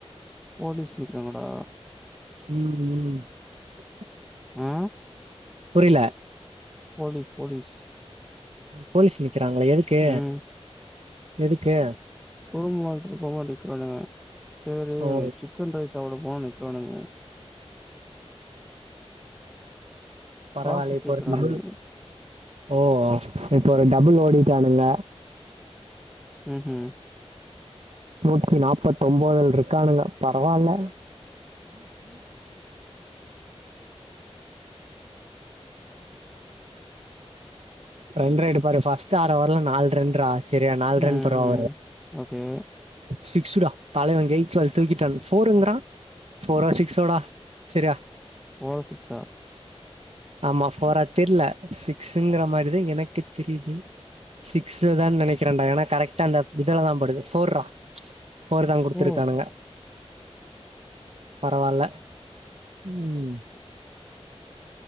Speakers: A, in the centre; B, on the right.
A: போலீஸ் நிக்றாங்க டா
B: ம் ஹு
A: ஆ
B: புரிய்ல
A: போலிஸ் போலிஸ்
B: போலிஸ் நிப் கிறாங்ளா எதுக்கு
A: ம்.
B: எதுக்கு
A: குறும் அழச்சிட்டு போ போது நிக்கிறானுங்க சேரி
B: ஓ
A: சிக்கன் ரைஸ் சவுட போனு நிக்றானுங்க
B: பரவாயில்ல
A: காசுக்
B: இப்போ
A: கேக்குறானுங்க
B: ஒரு தமிழ் ஓ இப்போ ஒரு டபுள் ஓடிட்டானுங்க
A: உம் உஹும்
B: நூத்தி நாப்பத்தொம்போதுல இருக்கானுங்க பரவால்ல ரெண்ற எடுப்பாரு பஸ்ட் ஆறு அவர்ல நால் ரன்ரா சரியா நாலு ரன்
A: ம்,
B: அப்பரோ அவரு
A: ம். ஓகே
B: சிக்ஸ்டா தலைவே கெய்த்வால் தூக்கிட்ட போருங்குறா போரா சிக்ஸோடா செரியா
A: ஃபோரா சிக்ஸா
B: ஆமா ஃபோரா தெர்ல சிக்ஸுங்குற மாரிதா எனக்கே தெரியுது சிக்ஸ்தா நெனைக்கிறேன்டாங்க ஏன்னா கரெக்டா அந்த இதுலதா படுது ஃபோர்ரா ஃபோர்தா குடுத்துருக்கானுங்க
A: ஓ!
B: பரவால்ல உம்